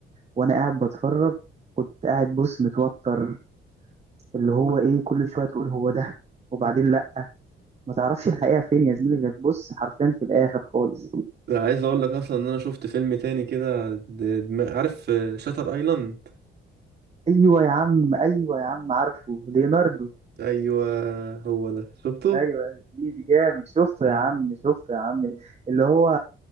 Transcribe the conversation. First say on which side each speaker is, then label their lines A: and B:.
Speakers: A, on the right; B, on the right.
A: وانا قاعد بتفرج كنت قاعد بص متوتر اللي هو ايه كل شويه تقول هو ده وبعدين
B: مم.
A: لا ما تعرفش الحقيقه فين يا زميلي غير بص حرفيا في الاخر خالص
B: عايز اقول لك اصلا ان انا شفت فيلم تاني كده د- دم- عارف شاتر ايلاند
A: ايوه يا عم ايوه يا عم عارفه ليوناردو
B: ايوه هو ده شفته
A: ايوه يا زميلي جامد شفته
B: مم.
A: يا عم شفته يا عم اللي هو